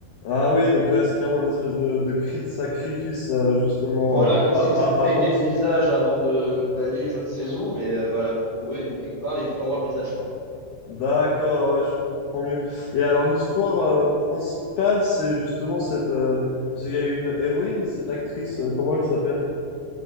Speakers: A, on the left; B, on the left.
A: Ah oui, donc ouais, c'est comme un espèce de, de cri de sacrifice, euh, justement,
B: Voilà,
A: euh,
B: comme
A: a-
B: s'ils
A: a-
B: se peignaient
A: avant de
B: le
A: se...
B: visage
A: suicider.
B: avant de d'aller je ne sais où, mais euh, voilà, pour eux, ils vont quelque part et il faut avoir le visage peint.
A: D'accord, ouais, je comprends mieux. Et alors, l'histoire euh, principale, c'est justement cette... euh, parce qu'il y a une héroïne, cette actrice, euh, comment elle s'appelle?